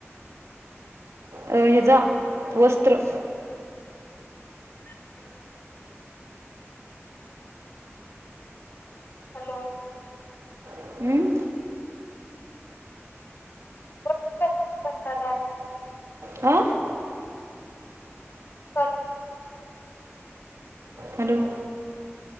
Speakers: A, on the right; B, on the left.
A: हेजा वस्त्र.
B: <inaudible> हॅलो.
A: हम्म?
B: <unintelligible>
A: हा
B: कर.
A: हॅलो.